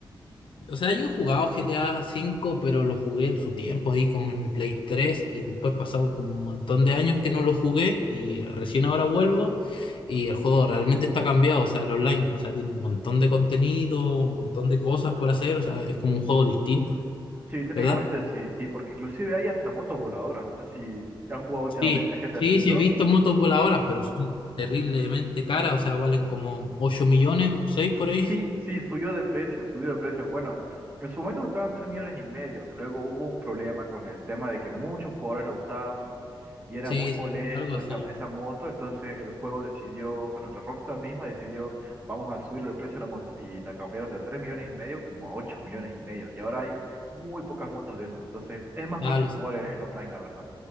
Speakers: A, on the left; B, on the right.
A: O sea, yo he jugado GTA V, pero lo jugué en su tiempo ahí como en mi Play 3 y después pasado como un montón de años que no lo jugué y recién ahora vuelvo y el juego realmente está cambiado, o sea, el online, o sea, tiene un montón de contenido, un montón de cosas por hacer, o sea, es como un juego distinto,
B: Sí, técnicamente
A: ¿verdad?
B: sí, sí, porque inclusive hay hasta motos voladoras. No sé si has jugado últimamente
A: Sí,
B: GTA
A: sí,
B: V.
A: sí he visto motos voladoras, pero son terriblemente caras, o sea, valen como 8 millones, seis por ahí.
B: Sí, sí, subió de precio, subió de precio. Bueno, en su momento estaban 3 millones y medio. Luego hubo un problema con el tema de que muchos jugadores la usaban y era
A: Sí,
B: muy molesto
A: sí, algo así.
B: esa, esa moto. Entonces el juego decidió, bueno, la Rockstar misma decidió, vamos a subirle el precio a la moto. Y la cambiaron de 3 millones y medio como a 8 millones y medio. Y ahora hay muy pocas motos de esas. Entonces es más
A: Ya,
B: fácil jugar el, el online, la verdad.